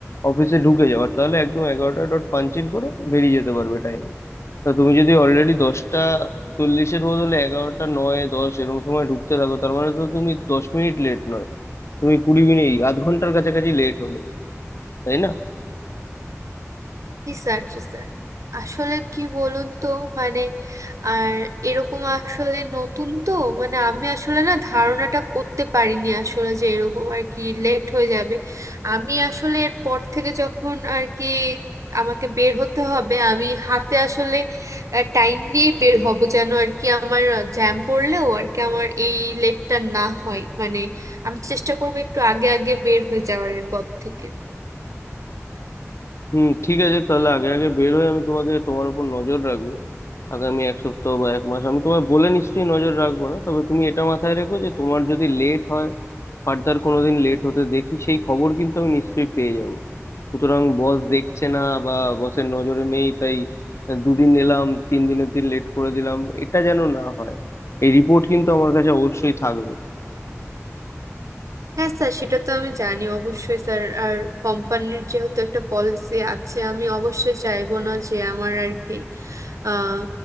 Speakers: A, on the left; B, on the right.
A: অফিসে ঢুকে যাওয়ার তাহলে একদম এগারোটা ডট পাঞ্চিং করে বেরিয়ে যেতে পারবে টাইমে তা তুমি যদি অলরেডি দশটা চল্লিশের বদলে এগারোটা নয় দশ এরকম সময় ঢুকতে থাকো তার মানে তো তুমি দশ মিনিট লেট নয় তুমি কুড়ি মিনিট আধ ঘন্টার কাছাকাছি লেট হলে তাই না
B: জি স্যার জি স্যার আসলে কি বলুন তো মানে আর এরকম আসলে নতুন তো মানে আমি আসলে না ধারণাটা করতে পারিনি আসলে যে এরকম আর কি লেট হয়ে যাবে আমি আসলে এরপর থেকে যখন আর কি আমাকে বের হতে হবে আমি হাতে আসলে টাইম নিয়ে বের হব যেন আর কি আমার জ্যাম পড়লেও আর কি আমার এই লেটটা না হয় মানে আমি চেষ্টা করবো একটু আগে আগে বের হয়ে যাওয়ার এরপর থেকে
A: হুম ঠিক আছে তাহলে আগে আগে বের হয়ে আমি তোমাকে তোমার উপর নজর রাখবো আগামী এক সপ্তাহ বা এক মাস আমি তোমায় বলে নিশ্চয়ই নজর রাখবো না তবে তুমি এটা মাথায় রেখো যে তোমার যদি লেট হয় ফার্দার কোনোদিন লেট হতে দেখি সেই খবর কিন্তু আমি নিশ্চয়ই পেয়ে যাব সুতরাং বস দেখছে না বা বসের নজরে নেই তাই দুদিন এলাম তিন দিনের দিন লেট করে দিলাম এটা যেন না হয় এই রিপোর্ট কিন্তু আমার কাছে অবশ্যই থাকবে
B: হ্যাঁ স্যার সেটা তো আমি জানি অবশ্যই স্যার আর কোম্পানির যেহেতু একটা পলিসি আছে আমি অবশ্যই চাইবো না যে আমার আর কি আহ